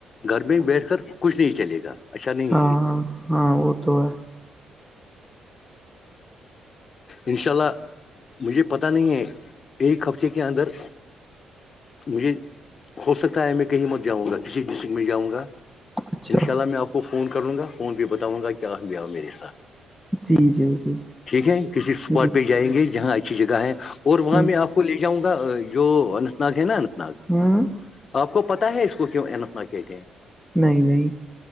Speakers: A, on the left; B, in the centre.
A: گھر میں بیٹھ کر کچھ نہیں چلے گا اچھا نہیں
B: ہاں
A: ہے یہ
B: ہاں ہاں وہ تو ہے
A: ان شاء اللہ مجھے پتہ نہیں ہے ایک ہفتے کے اندر مجھے ہو سکتا ہے میں کہیں مت جاؤں گا کسی ڈسٹرکٹ میں جاؤں گا
B: اچھا
A: انشاء اللہ میں آپ کو فون کروں گا فون پہ بتاؤں گا کیا ایاہ میرے ساتھ
B: جی جی جی
A: ٹھیک ہے کسی اسپاٹ
B: جی
A: پہ جائیں گے جہاں اچھی جگہ ہے اور وہاں
B: ہ
A: میں آپ کو لے جاؤں گا جو اننت ناگ ہے نا اننت ناگ
B: ہوں
A: آپ کو پتا ہے اس کو کیوں اتنا کہتے ہیں
B: نہیں نہیں